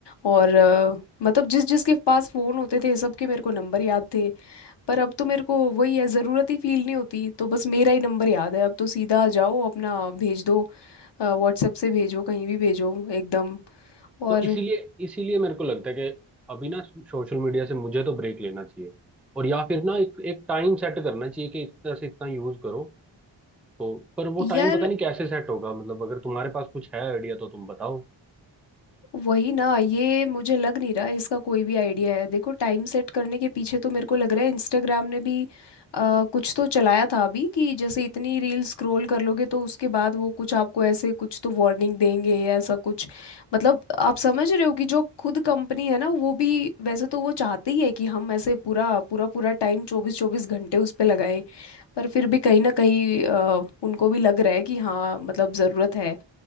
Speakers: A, on the left; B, in the centre.
A: और अ, मतलब जिस जिसके पास फ़ोन होते थे सबके मेरे को नंबर याद थे पर अब तो मेरे को वही है ज़रूरत ही फील नहीं होती तो बस मेरा ही नंबर याद है अब तो सीधा जाओ अपना भेज दो व्हाट्सएप से भेजो कहीं भी भेजो एकदम और
B: तो इसीलिए इसीलिए मेरे को लगता है कि अभी ना सोशल मीडिया से मुझे तो ब्रेक लेना चाहिए और या फिर ना एक एक टाइम सेट करना चाहिए कि इतना से इतना यूज करो तो पर वो टाइम
A: यार
B: पता नहीं कैसे सेट होगा मतलब अगर तुम्हारे पास कुछ है आइडिया तो तुम बताओ
A: वही ना ये मुझे लग नहीं रहा इसका कोई भी आइडिया है देखो टाइम सेट करने के पीछे तो मेरे को लग रहा है इंस्टाग्राम ने भी अ, कुछ तो चलाया था अभी कि जैसे इतनी रील स्क्रॉल कर लोगे तो उसके बाद वो कुछ आपको ऐसे कुछ तो वार्निंग देंगे या ऐसा कुछ मतलब आप समझ रहे हो कि जो खुद कंपनी है ना वो भी वैसे तो वो चाहती है कि हम ऐसे पूरा पूरा पूरा टाइम चौबीस चौबीस घंटे उस पर लगाएं पर फिर भी कहीं ना कहीं अ, उनको भी लग रहा है कि हाँ मतलब ज़रूरत है